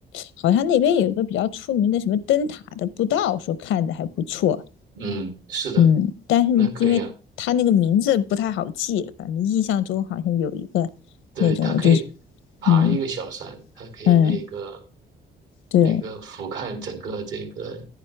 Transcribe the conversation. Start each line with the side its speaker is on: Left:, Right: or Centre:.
Left: 好像那边有一个比较出名的什么灯塔的步道，说看着还不错。
Right: 嗯，是的，
Left: 嗯，但是因为它那个名字不太好记，
Right: 那可以啊。
Left: 反正印象中好像有一个
Right: 对，
Left: 那种，
Right: 它可以
Left: 我就是
Right: 爬一个小山，
Left: 嗯
Right: 它可以那个
Left: 嗯对。
Right: 那个俯瞰整个这个